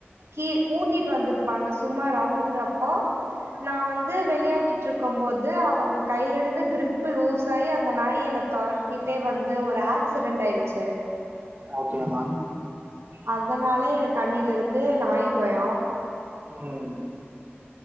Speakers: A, on the right; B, on the right.
A: கீ கூட்டிட்டு வந்திருப்பாங்க சும்மா ரவுண்ட அப்போ நா வந்து விளையாடி ட்ருக்கும் போது அவங்க கையிலிருந்து கிரிப்பு லூஸ் ஆகி அந்த நாய் என்ன துர திட்டே வந்து ஒரு ஆக்சிடென்ட் ஆயிடுச்சு
B: ஓகே மேம்
A: அதனால எனக்கு அன்னில இருந்து நாய் பயொ
B: ம்